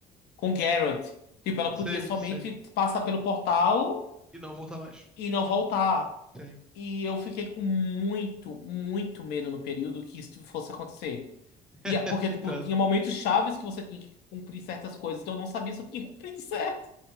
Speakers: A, on the left (about 75°); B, in the centre.
A: com Garrett. Tipo, ela
B: Sim,
A: podia somente
B: sim.
A: passar pelo portal
B: E não voltar mais.
A: e não voltar.
B: Sim.
A: E eu fiquei com muito, muito medo no período que isso fosse acontecer.
B: <laughs>
A: E, a- porque,
B: Entendo.
A: tipo, tinha momentos chaves que você tinha que cumprir certas coisas, então eu não sabia se eu tinha <laughs> cumprido certo.